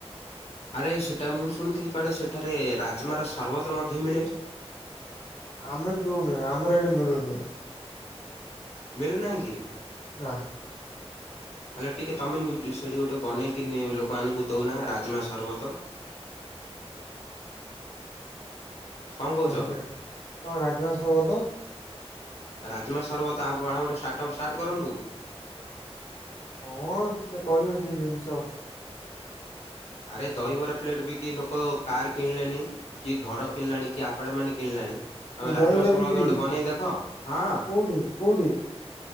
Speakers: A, on the left; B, on the left.
A: ଆରେ ସେଟା ମୁଁ ଶୁଣିଥିଲି କୁଆଡେ ସେଠାରେ ରାଜମାର ସରବତ ମଧ୍ୟ ମିଳେ।
B: ଆମେ ପିଉନୁ ଆମର ଏଇଠି ମିଳୁନି।
A: ମିଳି ନାହିଁ କି?
B: ନା।
A: ହେଲେ ଟିକେ ତମେ ସେଠି ଗୋଟେ ବନେଇକି ଲୋକମାନଙ୍କୁ ଦଉନା ରାଜମା ସରବତ। କଣ କହୁଛ?
B: ନାରେ କଣ ରାଜମା ସର୍ବତ
A: ରାଜମା ସର୍ବତ ଆମ୍ବ ଆଣ ଗୋଟେ ଷ୍ଟାର୍ଟଅପ୍ ଷ୍ଟାର୍ଟ କରନ୍ତୁ।
B: ହଁ ସେ କରିବ ସେ ଜିନିଷ।
A: ଆରେ ଦହିବରା ପ୍ଲେଟ ବିକି ଲୋକ କାର୍ କିଣିଲେଣି କି ଘର କିଣିଲାଣି କି ଆ ଆପାର୍ଟମେଣ୍ଟ କିଣିଲାଣି ତମେ
B: ଇଏ ଦହିବରା
A: ରାଜମା ସର୍ବତ
B: ବିକିବି
A: ଗୋଟେ
B: କି
A: ବନେଇ ଦେଖ ହଁ
B: କୋଉଠି କୋଉଠି?